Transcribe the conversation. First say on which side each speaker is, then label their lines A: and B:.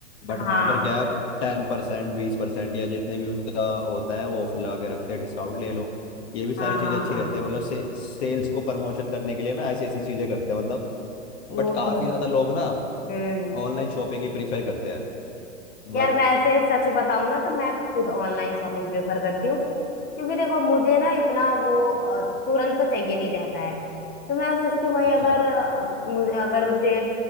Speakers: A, on the left; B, on the left.
A: बट
B: हाँ
A: वहां पर क्या है टेन परसेंट बीस परसेंट या जितने भी उनका होता है वो ऑफर लगा के रखते हैं डिस्काउंट ले लो ये भी सारी
B: हाँ
A: चीजें
B: हाँ
A: अच्छी
B: हाँ
A: रहती है मतलब से, सेल्स को प्रमोशन करने के लिए ना ऐसी ऐसी चीजें करते हैं मतलब
B: वो
A: बट
B: तो
A: काफी
B: है
A: ज्यादा लोग ना
B: हम्म हम्म।
A: ऑनलाइन शॉपिंग ही प्रेफर करते हैं बट
B: यार वैसे सच बताऊं ना तो मैं खुद ऑनलाइन शॉपिंग प्रेफर करती हूँ क्योंकि देखो मुझे ना इतना वो अ, तुरंत तो चाहिए नहीं रहता है तो मैं सोचती हूँ भाई
A: अच्छा
B: अगर अ, मुझे अगर मुझे